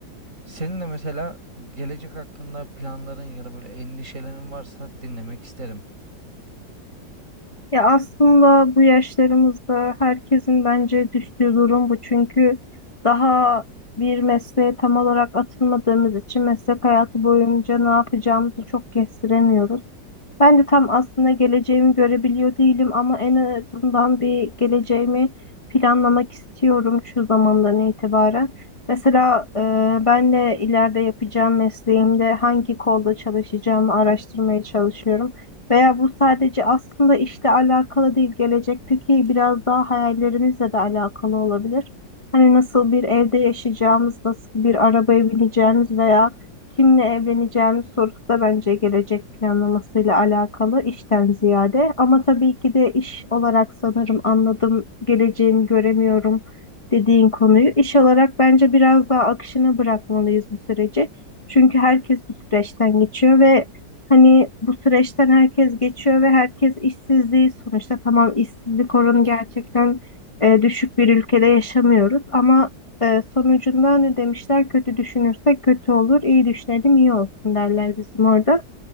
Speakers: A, on the right; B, on the left.
A: Senin de mesela gelecek hakkında planların ya da böyle endişelerin varsa dinlemek isterim.
B: Ya aslında bu yaşlarımızda herkesin bence düştüğü durum bu. Çünkü daha bir mesleğe tam olarak atılmadığımız için meslek hayatı boyunca ne yapacağımızı çok kestiremiyoruz. Ben de tam aslında geleceğimi görebiliyor değilim ama en azından bir geleceğimi planlamak istiyorum şu zamandan itibaren. Mesela e, ben de ileride yapacağım mesleğimde hangi kolda çalışacağımı araştırmaya çalışıyorum. Veya bu sadece aslında işle alakalı değil, gelecekteki biraz daha hayallerimizle de alakalı olabilir. Hani nasıl bir evde yaşayacağımız, nasıl bir arabaya bineceğimiz veya Kimle evleneceğim sorusu da bence gelecek planlamasıyla alakalı işten ziyade. Ama tabii ki de iş olarak sanırım anladım, geleceğimi göremiyorum dediğin konuyu. İş olarak bence biraz daha akışına bırakmalıyız bu süreci. Çünkü herkes bu süreçten geçiyor ve hani bu süreçten herkes geçiyor ve herkes işsizliği sonuçta tamam işsizlik oranı gerçekten e, düşük bir ülkede yaşamıyoruz ama ee, sonucunda ne demişler? Kötü düşünürsek kötü olur, iyi düşünelim iyi olsun derler bizim orada.